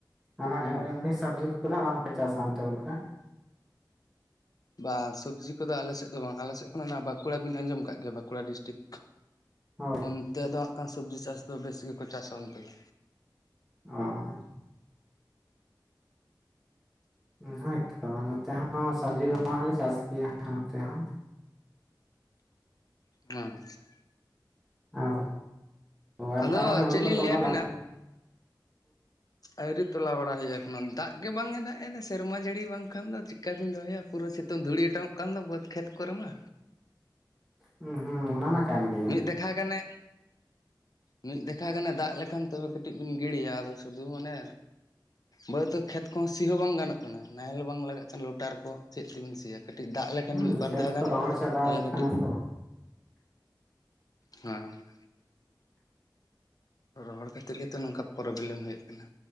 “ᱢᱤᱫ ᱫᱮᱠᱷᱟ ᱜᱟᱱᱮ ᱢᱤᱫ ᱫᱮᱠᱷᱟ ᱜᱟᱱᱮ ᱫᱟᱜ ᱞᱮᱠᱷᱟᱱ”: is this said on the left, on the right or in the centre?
Left